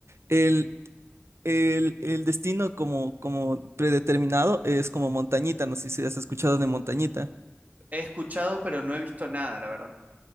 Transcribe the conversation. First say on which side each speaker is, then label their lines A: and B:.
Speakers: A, on the right; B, on the right.
A: el, el, el destino como, como predeterminado es como Montañita, no sé si has escuchado de Montañita.
B: He escuchado, pero no he visto nada, la verdad.